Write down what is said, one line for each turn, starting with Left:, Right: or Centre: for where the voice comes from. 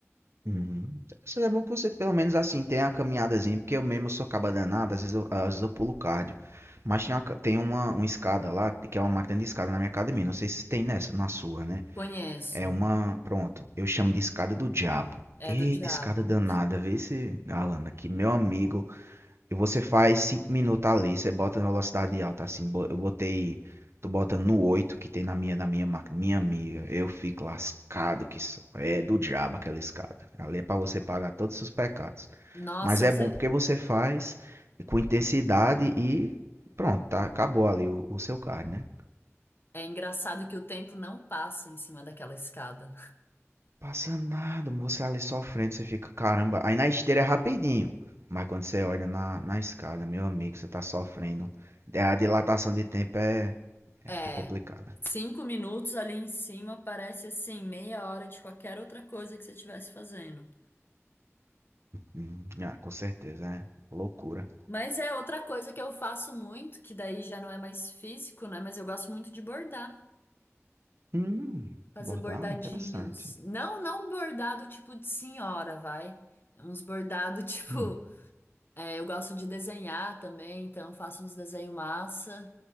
Right: Uhum. Isso é bom que você pelo menos assim tenha a caminhadazinha, porque eu mesmo sou caba danado, às vezes eu, às vezes eu pulo cardio. Mas tem uma, ca- tem uma, uma escada lá, que é uma máquina de escada na minha academia, não sei se tem nessa, na sua, né?
Left: Conheço.
Right: É uma. Pronto, eu chamo de escada do diabo.
Left: É
Right: Eita,
Left: do diabo.
Right: escada danada, vê se, Alana, que meu amigo. E você faz 5 minutos ali, você bota na velocidade alta assim. Eu botei. Tô botando no 8 que tem na minha, na minha máquina. Minha amiga, eu fico lascado que só. É do diabo aquela escada. Ali é pra você pagar todos os seus pecados.
Left: Nossa,
Right: Mas é
Left: você...
Right: bom porque você faz com intensidade e pronto, tá, acabou ali o, o seu card, né?
Left: é engraçado que o tempo não passa em cima daquela escada.
Right: Passa nada, você ali sofrendo, você fica, caramba. Aí na esteira é rapidinho. Mas quando você olha na, na escada, meu amigo, você tá sofrendo. É, A dilatação de tempo é, é,
Left: É.
Right: é complicada.
Left: Cinco minutos ali em cima parece assim, meia hora de qualquer outra coisa que você estivesse fazendo.
Right: Hum, ah, com certeza, é loucura.
Left: Mas é outra coisa que eu faço muito, que daí já não é mais físico, né? Mas eu gosto muito de bordar,
Right: Hum,
Left: fazer
Right: bordar,
Left: bordadinhos.
Right: interessante.
Left: Não, não bordado tipo de senhora, vai. É Uns bordado <laughs> tipo,
Right: Hum,
Left: é, eu gosto de desenhar também, então eu faço uns desenho massa